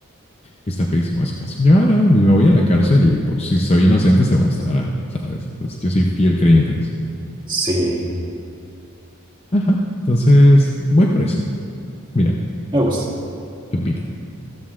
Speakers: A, on the left; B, on the right.
A: Está feísimo ese caso. Yo ahora no, me voy a la cárcel y pues si soy inocente se mostrará, ¿sabes? Entonces, yo soy fiel creyente de eso.
B: sí,
A: Ajá. Entonces, voy por esa. Mira,
B: me gusta.
A: ¿qué opina?